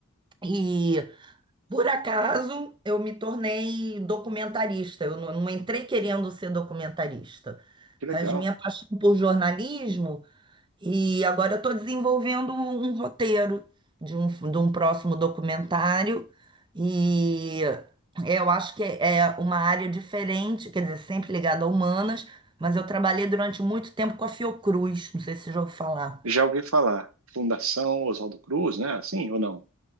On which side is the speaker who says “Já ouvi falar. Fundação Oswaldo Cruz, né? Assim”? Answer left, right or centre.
Right